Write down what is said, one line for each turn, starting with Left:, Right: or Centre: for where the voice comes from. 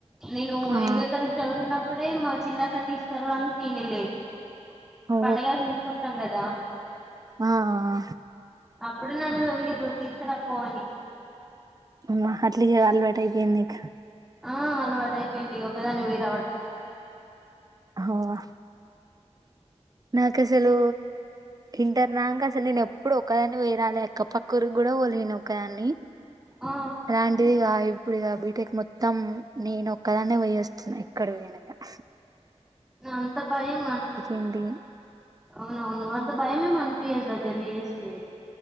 Centre: నేను
Right: ఆ
Centre: ఎనిమిదో తరగతి చదువుతున్నప్పుడే మా చిన్న అక్కను తీసుకు రావడానికి నేను వెళ్ళేది.
Right: ఓ
Centre: పండగకి తీసుకొస్తాం కదా?
Right: ఆ ఆ
Centre: అప్పుడు నన్ను తొలిర్రు తీసుకు రాపో అని
Right: హమ్మ్ అట్ల క అలవాటు అయిపోయింది ఇక
Centre: ఆ అలవాటు అయిపోయింది ఒకదాన్నే పోయి రావడం.
Right: హ్ వ నాకు అసలు
Centre: అదే
Right: ఇంటర్ దాకా అసలు నేను ఎప్పుడు ఒకదాన్నే పోయిరాలే పక్కూరు కూడా పోలేను ఒకదాన్ని
Centre: ఆ
Right: అలాంటిదిగా ఇప్పుడుక బీటెక్ మొత్తం నేను ఒక్కదాన్నే పోయి వస్తున్నా ఎక్కడికైనా అన్న
Centre: అంత భయమా
Right: ఏంటి
Centre: అవునవును అంత భయమేం అనిపీయదుగా జర్నీ చేస్తే.